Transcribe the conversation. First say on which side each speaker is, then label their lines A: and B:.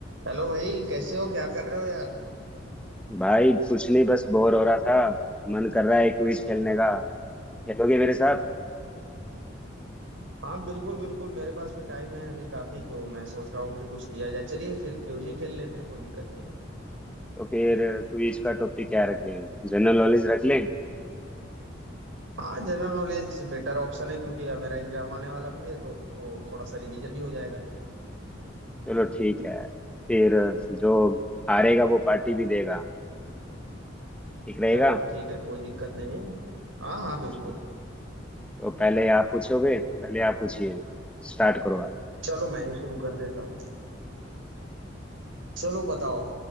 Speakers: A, on the right (about 80°); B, in the centre.
A: Hello भाई कैसे हो क्या कर रहे हो यार
B: भाई कुछ नहीं बस बोर हो रहा था मन कर रहा है क्विज खेलने का खेलोगे मेरे साथ
A: हाँ बिल्कुल बिल्कुल मेरे पास भी टाइम है अभी काफी तो मैं सोच रहा हूँ कि कुछ किया जाए चलिए फिर क्यूजी खेल लेते हैं कोई दिक्कत नहीं है
B: तो फिर क्विज का टॉपिक क्या रखें जनरल नॉलेज रख लें
A: हाँ जनरल नॉलेज बेटर ऑप्शन है क्योंकि यार मेरा एग्जाम आने वाला भी है तो तो थोड़ा सा रिवीजन भी हो जाएगा
B: चलो ठीक है फिर जो हारेगा वो पार्टी भी देगा ठीक रहेगा
A: चलो ठीक है कोई दिक्कत नहीं है हाँ हाँ बिल्कुल
B: चलो तो पहले आप पूछोगे पहले आप पूछिए स्टार्ट करो आप
A: चलो मैं ही शुरू कर देता हूँ चलो बताओ